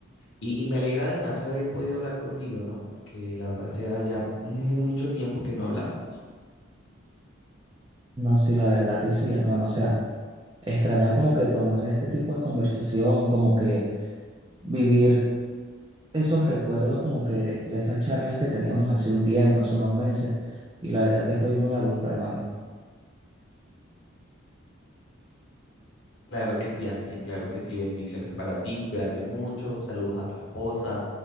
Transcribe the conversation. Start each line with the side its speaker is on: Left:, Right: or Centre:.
Left: Y, y me alegra además haber podido hablar contigo, ¿no? Porque la verdad hace ya mucho tiempo que no hablábamos.
Right: No, sí, la verdad que sí, hermano, o sea, extraña como que tomar este tipo de conversación, como que vivir esos recuerdos como que de esas charlas que teníamos hace un tiempo, hace unos meses, y la verdad que estoy muy a gusto, hermano.
Left: Claro que sí, Ángel, claro que sí. Bendiciones para ti, cuídate mucho, saludos a tu esposa,